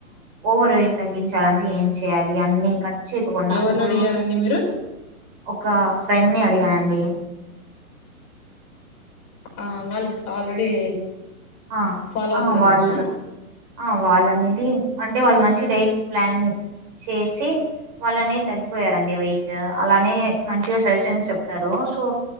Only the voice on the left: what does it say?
ఎవరిని
అడిగారండి మీరు
ఆ వాళ్లక్ ఆల్రెడీ
ఫాలో అవుతున్నారా